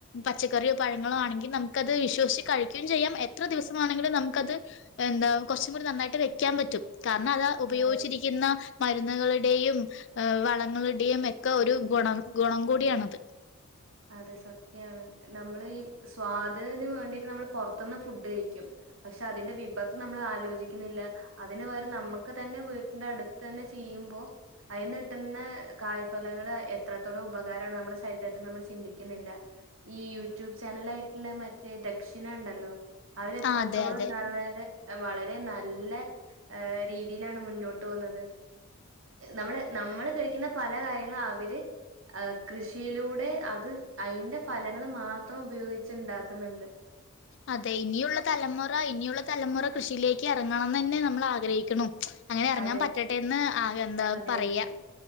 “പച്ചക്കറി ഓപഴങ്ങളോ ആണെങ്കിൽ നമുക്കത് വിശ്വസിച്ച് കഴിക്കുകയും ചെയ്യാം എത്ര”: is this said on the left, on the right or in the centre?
Left